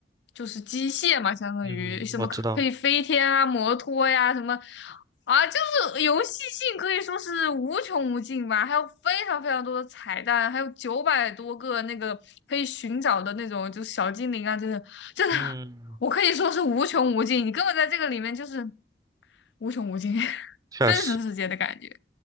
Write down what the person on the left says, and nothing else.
就是机械嘛，相当于什么可可以飞天啊、
摩托呀、什么啊，就是游戏性可以说是无穷无尽吧，还有非常非常多的彩蛋，还有九百多个那个可以寻找的那种就小精灵啊，这些。真的，
我可以说是无穷无尽。你根本在这个里面就是无穷无尽，<laughs>
真实世界的感觉。